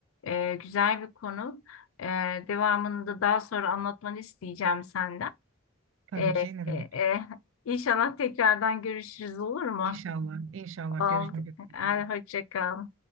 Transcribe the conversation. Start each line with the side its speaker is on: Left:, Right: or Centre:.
Left: e, güzel bir konu. Ee, devamını da daha sonra anlatmanı isteyeceğim senden.
Right: tabii
Left: Ee,
Right: ki ne
Left: e,
Right: demek?
Left: e, inşallah tekrardan görüşürüz olur mu?
Right: İnşallah, inşallah
Left: Oldu.
Right: görüşmek
Left: Hadi
Right: üzere.
Left: hoşça kal.